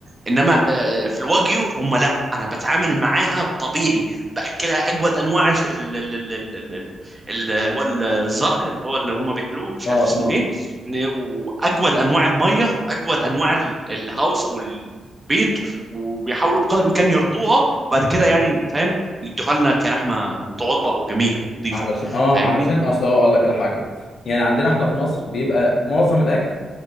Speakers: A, on the right; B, on the left.
A: انما آه، في الواجيو هم لا انا بتعامل معاها طبيعي باكلها اجود انواع ش- ال... ال... ال... ال... ال... ال... هو الزرع اللي هو اللي هم بياكلوه مش
B: اه
A: عارف اسمه
B: اه
A: ايه ن- واجود انواع الميه واجود انواع ال- الهاوس او البيت وبيحاولوا بقدر الامكان يرضوها وبعد كده يعني فاهم يدوها لنا كرحمه متواضعه او جميله نظيفه
B: علشان اه
A: فاهمني
B: علشان اصل هو اقول لك على حاجه يعني عندنا احنا في مصر بيبقى معظم الاكل